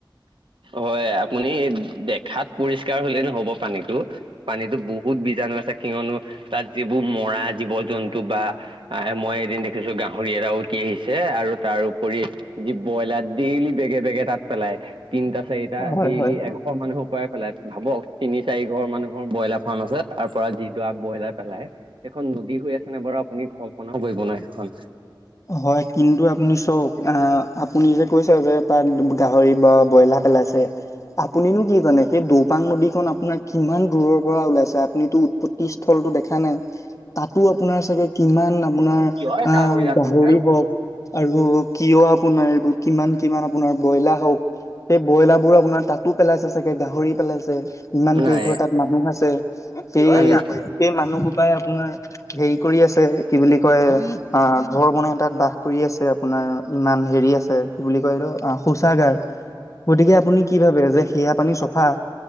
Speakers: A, on the right; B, on the left.
A: হয়, আপুনি দেখাত পৰিষ্কাৰ হলেই নহ'ব পানীতো পানীতো বহুত বীজাণু আ কিয়নো তাত যিবোৰ মৰা জীৱ জন্তু বা মই এদিন দেখিছো গাহৰি এৰাও। তিএইছে আৰু তাৰউপৰি যি ব্ৰইলাত ডেইলি বেগে বেগে তাত পেলাই তিনটা চাৰিটা
B: হয়
A: ডেইলি
B: হয়
A: এশ মানুহৰ পৰা পেলাই ভাবক তিনি চাৰি ঘৰ মানুহৰ ব্ৰইলাৰ ফাৰ্ম আছে তাৰ পৰা যিডৰা ব্ৰইলাৰ পেলাই সেইখন নদী হৈ আছে নে বাৰু আপুনি কল্পনাও কৰিব নোৱাৰে সেইখন।
B: হয়, কিন্তু আপুনি চওক আঁ আপুনি যে কৈছে যে তাত গাহৰি বা ব্ৰইলাৰ পেলাইছে। আপুনিনো কি জানে। সেই দৌপাং নদীখন আপোনাৰ কিমান দূৰৰ পৰা ওলাইছে আপুনিতো উৎপত্তি স্থল টো দেখা নাই। তাতো আপোনাৰ চাগে কিমান আপোনাৰ
A: কিহৰ
B: আহ
A: কাষৰীয়া
B: গাহৰি
A: কৰিলা?
B: হওঁক আৰু কিয় আপোনাৰ এইবোৰ কিমান কিমান আপোনাৰ ব্ৰইলাৰ হওক সেই ব্ৰইলাৰ বোৰ আপোনাৰ তাত টো পেলাইছে চাগে গাহৰি পেলাইছে ইমান
A: নাই
B: কেইঘৰ তাত মানুহ আছে। পেই পেই
A: আমি
B: মানুহবোৰ পাই আপোনাৰ হেৰি কৰি আছে কি বুলি কয় আ ঘৰ বনাই তাত বাস কৰি আছে আপোনাৰ ইমান হেৰি আছে কি বুলি কয় এইটো অ শৌচাগাৰ। গতিকে আপুনি কি ভাৱে যে সেয়া পানী চফা।